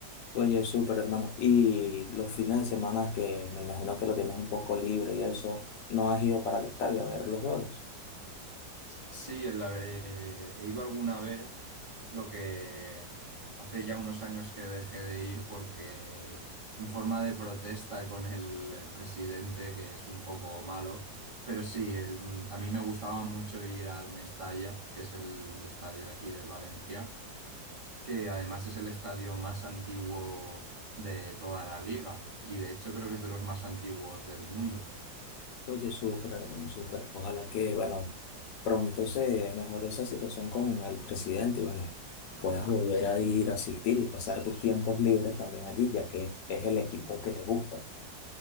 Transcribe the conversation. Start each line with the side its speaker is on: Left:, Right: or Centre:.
Left: Oye, súper hermano. Y los fines de semana que me imagino que lo tienes un poco libre y eso, ¿no has ido para el estadio a ver los juegos?
Right: Sí, en la- eh, he ido alguna vez, lo que hace ya unos años que dejé de ir porque en forma de protesta con el eh, presidente, que es un poco malo, pero sí, el- mm, a mí me gustaba mucho ir al Mestalla, que es el estadio de aquí del Valencia, que además es el estadio más antiguo de toda la liga y de hecho creo que es de los más antiguos del mundo.
Left: Oye, súper, hermano, súper. Ojalá que, bueno, pronto se mejore esa situación con el presidente y, bueno, puedas volver a ir a asistir y pasar tus tiempos libres también allí, ya que es el equipo que te gusta.